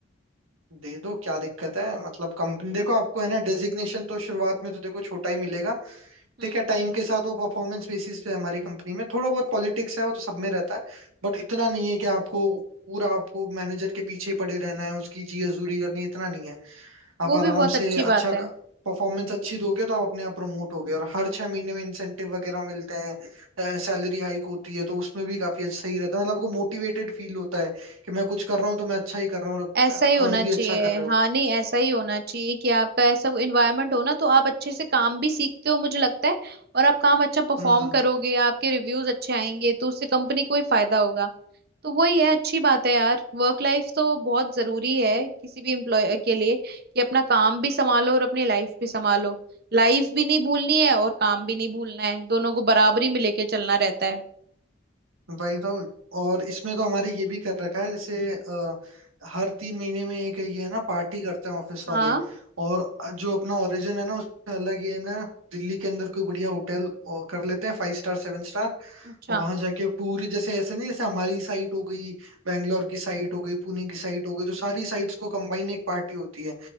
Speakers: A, on the right; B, on the right.
A: दे दो क्या दिक्कत है मतलब कंपनी देखो आपको है ना डेजिग्नेशन तो शुरुआत में तो देखो छोटा ही मिलेगा
B: हम्म
A: ठीक है टाइम के साथ वो परफॉर्मेंस बेसिस पे है हमारी कंपनी में थोड़ा बहुत पॉलिटिक्स है वो तो सब में रहता है बट इतना नहीं है कि आपको पूरा आपको मैनेजर के पीछे ही पड़े रहना है उसकी जी हजूरी करनी है, इतना नहीं है आप
B: वो
A: आराम
B: भी बहुत अच्छी
A: से अच्छा
B: बात है
A: परफॉर्मेंस अच्छी दोगे तो आप अपने आप प्रमोट होगे और हर छह महीने में इंसेंटिव वगैरह मिलते हैं सैलरी हाइक होती है तो उसमें भी काफी अच्छा सही रहता है मतलब आपको मोटिवेटेड फील होता है कि मैं कुछ कर रहा हूँ तो मैं अच्छा ही कर रहा हूँ और
B: ऐसा ही होना
A: अर्न भी
B: चाहिए
A: अच्छा कर रहे
B: हाँ
A: हो
B: नहीं ऐसा ही होना चाहिए कि आपका ऐसा इन्वायरमेंट हो ना तो आप अच्छे से काम भी सीखते हो मुझे लगता है और आप काम अच्छा परफॉर्म
A: हम्म
B: करोगे आपके रिव्यूज अच्छे आएंगे तो उससे कंपनी को ही फायदा होगा तो वही है अच्छी बात है यार वर्क लाइफ तो बहुत जरूरी है किसी भी एम्प्लॉय के लिए कि अपना काम भी संभालो और अपनी लाइफ भी संभालो लाइफ भी नहीं भूलनी है और काम भी नहीं भूलना है दोनों को बराबरी में लेके चलना रहता है
A: वही तो और इसमें तो हमारे ये भी कर रखा है जैसे अ, हर तीन महीने में एक ये है ना पार्टी करते हैं ऑफिस
B: हाँ
A: वाले और जो अपना ओरिजिन है ना उसमें अलग ये है ना दिल्ली के अंदर कोई बढ़िया होटल और कर लेते हैं फाइव स्टार सेवन स्टार
B: अच्छा
A: वहां जाके पूरी जैसे ऐसे नहीं जैसे हमारी साइट हो गई बैंगलोर की साइट हो गई पुणे की साइट हो गई तो सारी साइट्स को कंबाइन एक पार्टी होती है